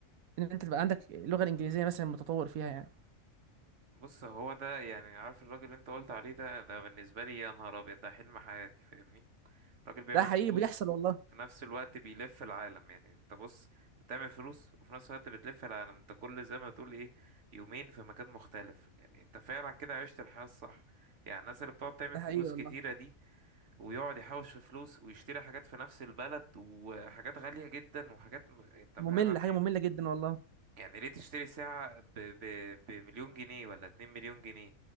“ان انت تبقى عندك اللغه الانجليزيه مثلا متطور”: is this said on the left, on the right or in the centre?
Right